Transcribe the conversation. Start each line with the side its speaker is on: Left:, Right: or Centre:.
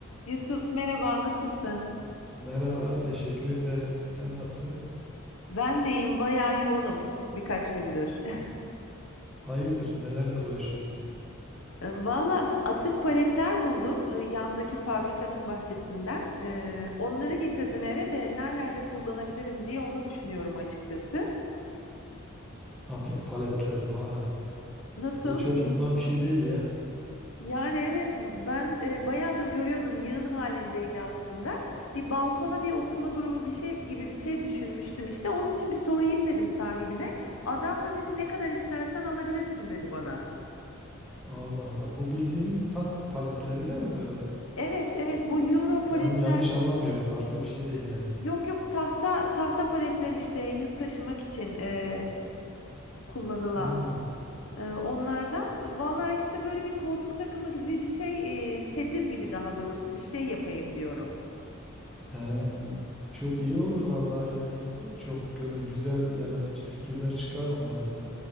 Left: Yusuf merhaba nasılsın?
Centre: Merhaba, teşekkür ederim. Sen nasılsın?
Left: Ben de iyiyim bayağı yoğunum birkaç gündür. <laughs>
Centre: Hayırdır, nelerle uğraşıyorsun?
Left: E, Valla atık paletler buldum e, yandaki fabrikanın bahçesinden. E, onları getirdim eve de nerelerde kullanabilirim diye onu düşünüyorum açıkçası.
Centre: Atık paletler, vay.
Left: Nasıl?
Centre: Böyle çok
Left: İyi.
Centre: bulunan bir şey değil ya.
Left: Yani evet ben e, bayağıdır görüyordum yığın halindeydi aslında. Bir balkona bir oturma grubu bir şey gibi bir şey düşünmüştüm işte. Onun için bir sorayım dedim sahibine. Adam da dedi ne kadar istersen alabilirsin dedi bana.
Centre: Allah Allah. Bu bildiğimiz tank paletleri değil mi böyle?
Left: Evet, evet bu euro paletler
Centre: Yan- yanlış anlamıyorum. Farklı bir şey değil yani.
Left: yok yok tahta tahta paletler işte yük taşımak için e, kullanılan
Centre: Hmm.
Left: e, onlardan. Valla işte böyle bir koltuk takımı gibi bir şey e, sedir gibi daha doğrusu bir şey yapayım diyorum.
Centre: He. Çok iyi olur valla. Yani çok böyle güzel, yaratıcı fikirler çıkar onlardan.